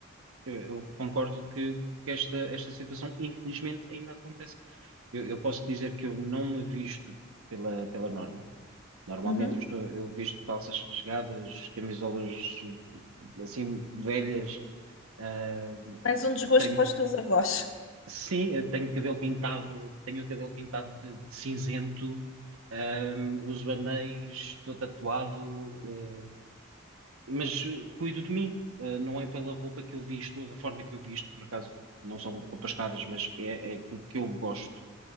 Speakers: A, on the right (about 80°); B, on the left (about 70°).
A: eu, eu concordo que, que esta, esta situação infelizmente ainda acontece. Eu, eu posso dizer que eu não me visto pela, pela norma. Normalmente
B: Uhum.
A: eu estou, eu visto calças rasgadas, camisolas eh, assim velhas, ah,
B: Mais um desgosto
A: tenho
B: para os teus avós.
A: Sim, eu tenho cabelo pintado, tenho o cabelo pintado de, de cinzento, ahm, uso anéis, estou tatuado, eh, mas cuido de mim, eh, não é pela roupa que eu visto, ou da forma que eu visto, por acaso não são roupas caras, mas é, é aquilo que eu gosto.